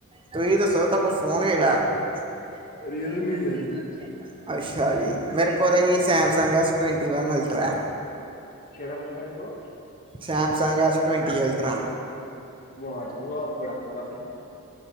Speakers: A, on the right; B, on the left.
A: ਤੁਸੀ ਦੱਸੋ, ਤੁਹਾਡੇ ਕੋ ਫੋਨ ਕਿਹੜਾ? <unintelligible>
B: ਰੀਅਲਮੀ ਹੈ ਜੀ
A: ਅੱਛਾ ਜੀ, ਮੇਰੇ ਕੋਲ ਹੀ ਸੈਮਸੰਗ ਹੈ ਐਸ ਟਵੰਟੀ ਅਲਟਰਾ।
B: ਕਿਹੜਾ ਫੋਨ ਤੁਹਾਡੇ ਕੋ?
A: Samsung S twenty ultra.
B: ਵਾਹ ਜੀ ਵਾਹ, ਬੜਾ ਵਧੀਆ ਸੈਟ ਹੈ।